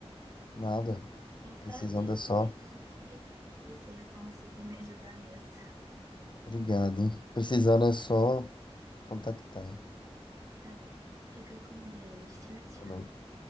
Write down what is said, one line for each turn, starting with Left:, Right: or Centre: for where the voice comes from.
Left: Nada.
Right: Foi um
Left: Precisando
Right: prazer, eu
Left: é só.
Right: sabia, sabia que você ia conseguir me ajudar nessa.
Left: Obrigado, hein? Precisando é só contactar. hein?
Right: Tá bem. Fica com Deus. Tchau, tchau.
Left: Boa noite.